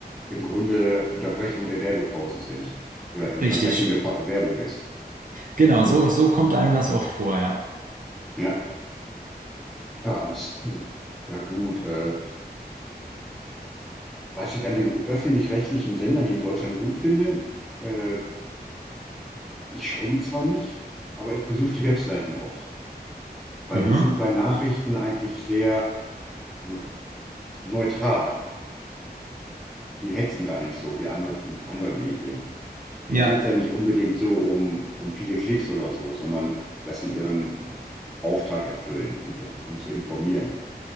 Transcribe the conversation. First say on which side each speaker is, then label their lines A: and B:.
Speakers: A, in the centre; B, on the right.
A: im Grunde Unterbrechung der Werbepausen sind oder Unterbrechung
B: Richtig.
A: der Pa- Werbung ist.
B: Genau, so, so kommt einem das oft vor, ja.
A: Ja, Ja, ans- ja gut. Äh, was ich an den öffentlich-rechtlichen Sendern hier in Deutschland gut finde, äh, ich schaue die zwar nicht, aber ich besuche die Webseiten oft, weil
B: Mhm.
A: die sind bei Nachrichten eigentlich sehr äh, neutral. Die hetzen da nicht so wie andere, andere Medien. Denen
B: Ja.
A: geht's ja nicht unbedingt so um, um viele Klicks oder so, sondern dass sie ihren Auftrag erfüllen, info, in, zu informieren.